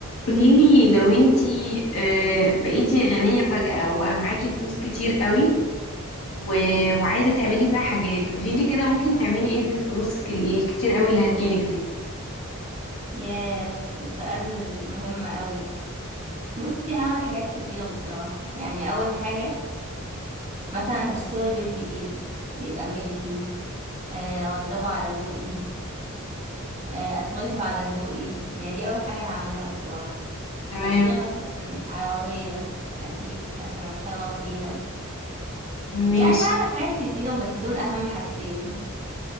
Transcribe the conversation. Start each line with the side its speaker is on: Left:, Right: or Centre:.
Left: قوليلي لو انتي آه، بقيتي غنية فجأة وبقى معاكي فلوس كتير قوي و... وعايزة تعملي بيها حاجات قوليلي كده ممكن تعملي ايه بالفلوس ك- الكتير قوي اللي هتجيلك دي
Right: ياه ده سؤال مهم قوي بصي هعمل حاجات كتير بصراحة يعني أول حاجة مثلا هشتري بيت جديد يبقى ملكي آه، أوضبه على ذوقي آه، أفرشه على ذوقي يعني دي أول حاجة هعملها بصراحة
Left: تمام
Right: هشتري مثلا عربية أكيد عشان أتحرك بيها
Left: ماشي
Right: يعني هعمل حاجات كتير بس دول أهم حاجتين